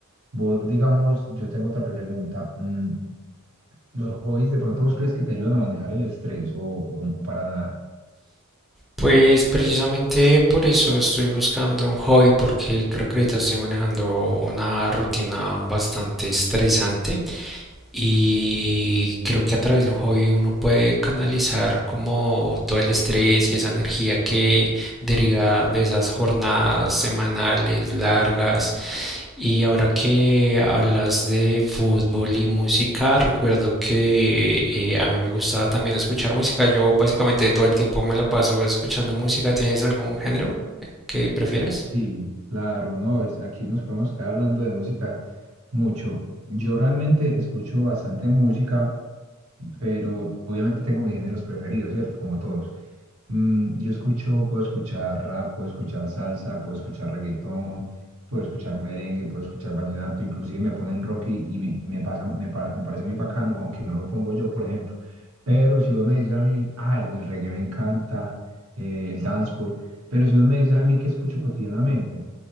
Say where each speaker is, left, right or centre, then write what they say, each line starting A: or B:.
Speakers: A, on the right; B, in the centre.
A: Vos, digamos, yo tengo otra pregunta. mm, ¿Los hobbies de pronto vos crees que te ayudan a manejar el estrés o, o, o para nada?
B: Pues precisamente por eso estoy buscando un hobby porque creo que ahorita estoy manejando una rutina bastante estresante. Y creo que a través de un hobby uno puede canalizar como todo el estrés y esa energía que deriva de esas jornadas semanales largas. Y ahora que hablas de fútbol y música, recuerdo que eh, a mí me gusta también escuchar música. Yo básicamente todo el tiempo me la paso escuchando música. ¿Tienes algún género que prefieras?
A: Sí, claro, no, es, aquí nos podemos quedar hablando de música mucho. Yo realmente escucho bastante música pero obviamente tengo mis géneros preferidos, ¿cierto? Como todos. Mm, yo escucho, puedo escuchar rap, puedo escuchar salsa, puedo escuchar reggaetón, puedo escuchar merengue, puedo escuchar vallenato, inclusive me ponen rock y, y me, y me pasa, me, pa- me parece muy bacano, aunque no lo pongo yo, por ejemplo. Pero si vos me dices a mí, ah, el reggae me encanta, eh, el dancehall, pero si vos me dices a mí que escucho cotidianamente,